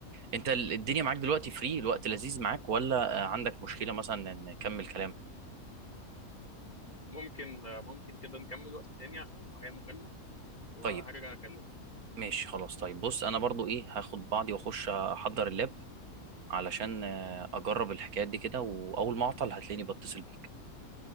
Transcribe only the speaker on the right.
انت ال- الدنيا معاك دلوقتي فري الوقت لذيذ معاك ولا آه، عندك مشكلة مثلا ان نكمل كلام
طيب
ماشي خلاص طيب بص انا برضو ايه هاخد بعضي واخش احضر اللاب علشان آه، اجرب الحكايات دي كده واول ما اعطل هتلاقيني بتصل بيك